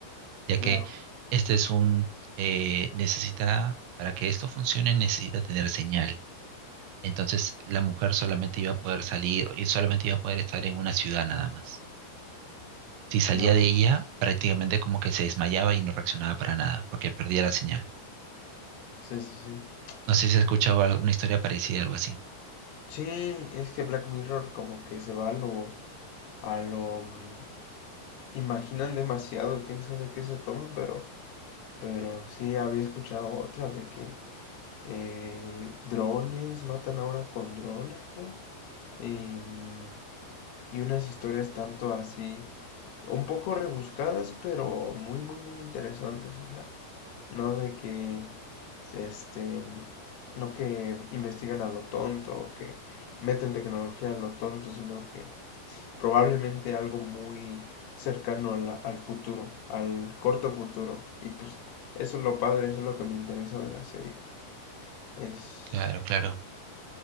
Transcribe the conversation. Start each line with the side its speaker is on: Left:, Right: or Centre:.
Right: ya
Left: claro.
Right: que este es un, eh, necesita, para que esto funcione, necesita tener señal. Entonces la mujer solamente iba a poder salir y solamente iba a poder estar en una ciudad nada más. Si salía
Left: Dios.
Right: de ella, prácticamente como que se desmayaba y no reaccionaba para nada, porque perdía la señal.
Left: Sí, sí, sí.
Right: No sé si has escuchado al- una historia parecida, algo así.
Left: Sí, es que Black Mirror como que se va a lo, a lo, mm, imaginan demasiado, quién sabe qué se toman, pero, pero sí había escuchado otra de que eh, drones matan ahora con drones, creo. Y, mm, y unas historias tanto así, un poco rebuscadas, pero muy, muy, muy interesantes. O sea, no de que, este, no que investigan a lo tonto o que meten tecnología a lo tonto, sino que probablemente algo muy cercano al, al futuro, al corto futuro. Y pues eso es lo padre, eso es lo que me interesa de la serie. Es...
Right: Claro, claro.